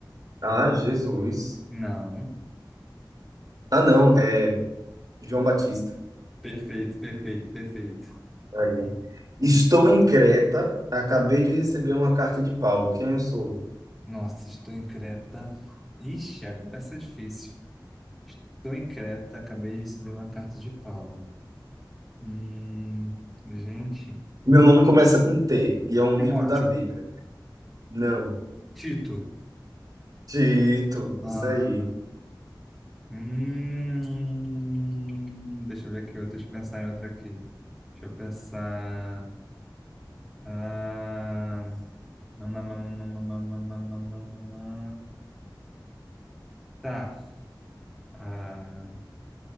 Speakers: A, on the right; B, in the centre.
A: Ah, Jesus.
B: Não.
A: Ah, não, é João Batista.
B: Perfeito, perfeito, perfeito.
A: Aí. Estou em Creta. Acabei de receber uma carta de Paulo. Quem eu sou?
B: Nossa, estou em Creta. Ixi, agora essa é difícil. Estou em Creta, acabei de receber uma carta de Paulo. Hum, gente.
A: Meu nome começa com T e é um
B: Timóteo.
A: livro da Bíblia. Não.
B: Tito.
A: Tito,
B: Ah,
A: isso aí.
B: Hum, deixa eu ver aqui, outra, deixa eu pensar em outra aqui. Deixa eu pensar. Ah, mamamamamamamamamamamamamam. tá. Ah,